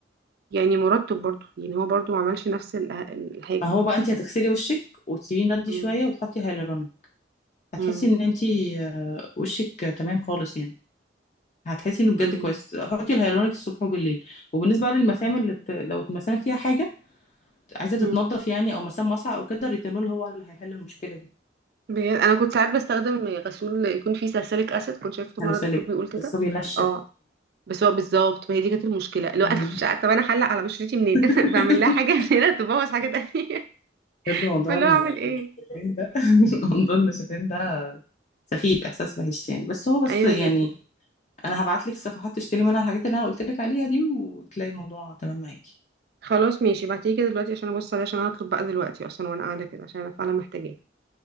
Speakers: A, on the right; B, on the left.
A: يعني مرطب برضو يعني هو برضو ما عملش نفس الح- الحاجة
B: ما هو بقى انتي هتغسلي وشك وتسيبيه ندي
A: مم.
B: شويه وتحطي هيالورونيك هتحسي
A: مم.
B: ان انتي آه، وشك تمام خالص يعني هتحسي انه بجد
A: مم.
B: كويس حطي الهيالورونيك الصبح وبالليل وبالنسبه بقى للمسام اللي بت... لو في المسام فيها حاجه عايزه
A: مم.
B: تتنضف يعني او مسام واسعه او كده الريتينول هو اللي هيحل المشكله دي
A: بجد انا كنت ساعات بستخدم غسول يكون فيه ساليسيليك اسيد كنت شايفته مره
B: هلسلك
A: دكتور بيقول كده
B: بس هو بينشف
A: اه بس هو بالظبط ما هي دي كانت المشكله لو
B: مم.
A: انا مش عارفه طب انا هحلق على بشرتي منين
B: <laughs>
A: <laughs> بعمل لها حاجه من هنا تبوظ حاجه تانية
B: بجد
A: <laughs>
B: موضوع
A: فاللي
B: ال-
A: هو اعمل ايه
B: النشفان ده <laughs> موضوع النشفان
A: مم.
B: ده سخيف احساس وحش يعني بس هو بس
A: ايوه
B: يعني
A: جدا
B: انا هبعت لك صفحات تشتري منها الحاجات اللي انا قلت لك عليها دي وتلاقي الموضوع تمام معاكي
A: خلاص ماشي ابعتيه كده دلوقتي عشان ابص عليه عشان أنا هطلب بقى دلوقتي اصلا وانا قاعده كده عشان انا فعلا محتاجاه